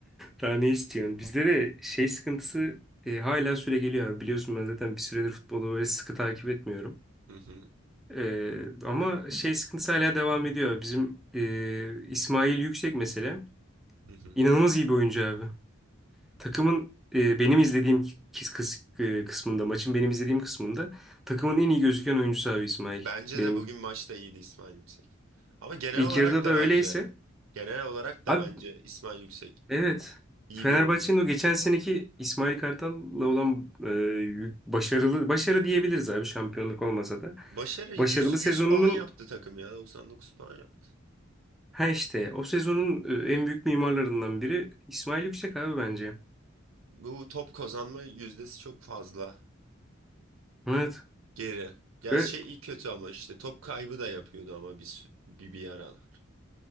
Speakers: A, in the centre; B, on the right.
A: Daha ne istiyorsun? Bizde de şey sıkıntısı e, hala süre geliyor abi. Biliyorsun ben zaten bir süredir futbolu böyle sıkı takip etmiyorum.
B: Hı hı,
A: E, ama şey sıkıntısı hala devam ediyor. Bizim e, İsmail Yüksek mesela
B: hı hı.
A: inanılmaz iyi bir oyuncu abi. Takımın e, benim izlediğim kis, kıs- e, kısmında, maçın benim izlediğim kısmında takımın en iyi gözüken oyuncusu abi İsmail.
B: Bence
A: Benim
B: de bugün maçta iyiydi İsmail Yüksek. Ama genel
A: ilk
B: olarak
A: yarıda
B: da
A: da öyleyse.
B: bence genel olarak
A: Abi
B: da bence İsmail Yüksek
A: evet.
B: iyi
A: Fenerbahçe'nin
B: bir oyuncu.
A: o geçen seneki İsmail Kartal'la olan e, yük- başarılı, başarı diyebiliriz abi şampiyonluk olmasa da.
B: Başarı 100,
A: Başarılı
B: 100
A: sezonunun,
B: puan yaptı takım ya 99 puan yaptı.
A: ha işte o sezonun e, en büyük mimarlarından biri İsmail Yüksek abi bence.
B: Bu top kazanma yüzdesi çok fazla.
A: Evet.
B: Geri. Ya
A: Ve
B: şey iyi kötü ama işte top kaybı da yapıyordu ama bir, sü- bir, bir aralar.